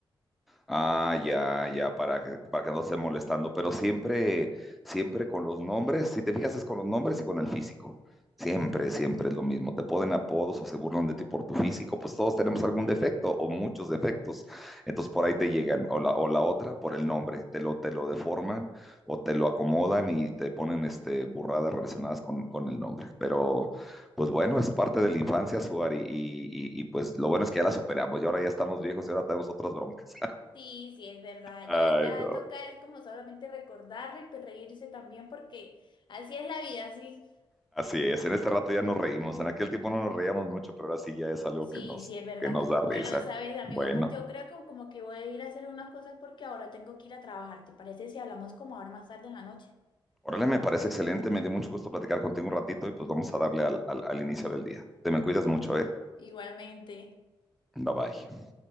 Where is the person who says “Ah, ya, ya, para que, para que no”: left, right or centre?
Centre